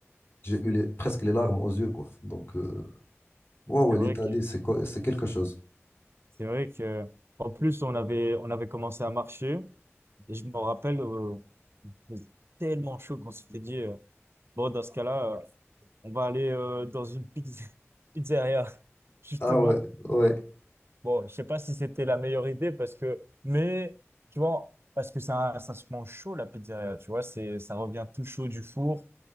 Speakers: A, on the left; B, on the right.
A: j'ai eu les- presque les larmes aux yeux, quoi. Donc, euh, ouais,
B: C'est
A: ouais,
B: vrai
A: l'Italie,
B: que,
A: c'est quoi- c'est quelque chose.
B: c'est vrai que, en plus, on avait, on avait commencé à marcher. Et je me rappelle, euh, il faisait tellement chaud qu'on s'était dit, euh, Bon, dans ce cas-là, euh, on va aller euh, dans une pizz- <laughs> pizzeria, justement.
A: Ah ouais, ouais.
B: Euh, bon, je sais pas si c'était la meilleure idée parce que, mais tu vois, parce que ça, ça se mange chaud la pizzeria, tu vois, c'est, ça revient tout chaud du four,